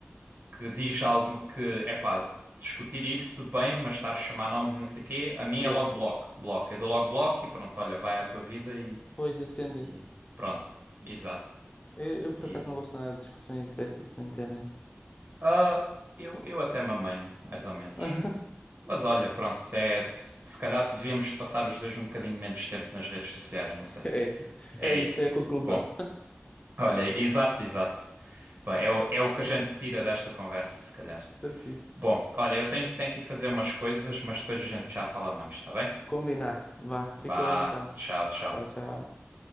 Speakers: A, on the right (about 55°); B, on the left (about 25°).
A: que diz algo que, epá, discutir isso tudo bem, mas estar a chamar nomes e não sei o quê, a mim
B: yeah.
A: é logo bloco, bloco. Eu dou logo bloco e pronto, olha, vai à tua vida e,
B: Pois, Ascendance.
A: e pronto. Exato.
B: Eu, eu, por
A: E
B: acaso, não gosto nada de discussões dessas na internet.
A: ah eu, eu até me amanho, mais ou menos.
B: <laughs>
A: Mas olha, pronto, é, se calhar devíamos passar os dois um bocadinho menos tempo nas redes sociais, não sei.
B: É,
A: É
B: é isso,
A: isso.
B: é a conclusão.
A: Bom, olha, exato, exato. Bem, é o, é o que a gente tira desta conversa, se calhar.
B: <laughs> Certíssimo.
A: Bom, olha, eu tenho, tenho que ir fazer umas coisas, mas depois a gente já fala mais, tá bem?
B: Combinado. Vá, fica
A: Vá,
B: bem então.
A: tchau, tchau.
B: Tchau, tchau.